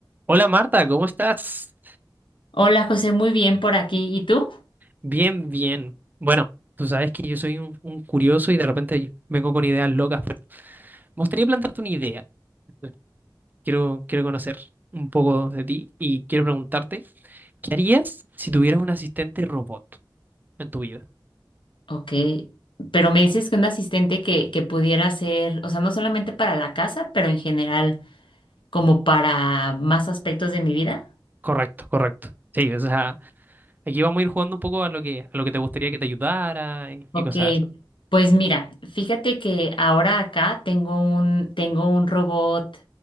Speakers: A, on the right; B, on the left.
A: Hola Marta, ¿cómo estás?
B: Hola José, muy bien por aquí. ¿Y tú?
A: Bien, bien. Bueno, tú sabes que yo soy un, un curioso y de repente vengo con ideas locas, pero me gustaría plantearte una idea. Entonces, Quiero, quiero conocer un poco de ti y quiero preguntarte, ¿qué harías si tuvieras un asistente robot en tu vida?
B: Ok, pero me dices que un asistente que, que pudiera ser, o sea, no solamente para la casa, pero en general como para más aspectos de mi vida.
A: Correcto, correcto. Sí, o sea, aquí vamos a ir jugando un poco a lo que, a lo que te gustaría que te ayudara y,
B: Ok,
A: y cosas así.
B: pues mira, fíjate que ahora acá tengo un, tengo un robot,